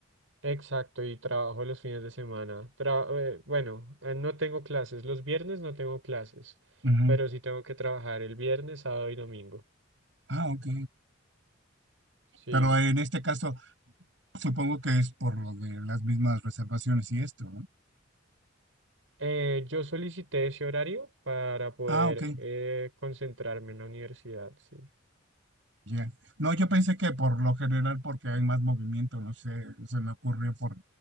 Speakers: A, on the right (about 85°); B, on the right (about 65°).
A: Exacto, y trabajo los fines de semana. Tra- eh, bueno, eh, no tengo clases. Los viernes no tengo clases,
B: Ujú.
A: pero sí tengo que trabajar el viernes, sábado y domingo.
B: Ah, ok.
A: Sí.
B: Pero en este caso, supongo que es por lo de las mismas reservaciones y esto, ¿no?
A: Eh, yo solicité ese horario para poder
B: Ah, ok.
A: eh, concentrarme en la universidad, sí.
B: Ya. No, yo pensé que por lo general porque hay más movimiento, no sé, se me ocurrió por,